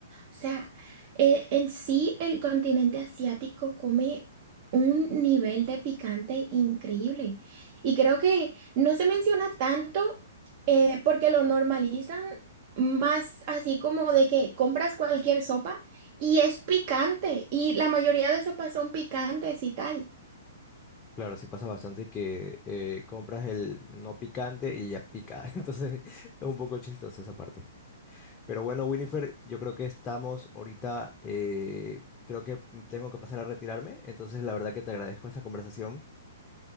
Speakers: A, on the right; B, on the left.
A: O sea, eh, en sí el continente asiático come un nivel de picante increíble. Y creo que no se menciona tanto eh, porque lo normalizan más así como de que compras cualquier sopa y es picante. Y la mayoría de sopas son picantes y tal.
B: Claro, sí pasa bastante que eh, compras el no picante y ya pica. <laughs> Entonces es un poco chistoso esa parte. Pero bueno, Winifred, yo creo que estamos ahorita, eh, creo que tengo que pasar a retirarme, entonces la verdad que te agradezco esta conversación.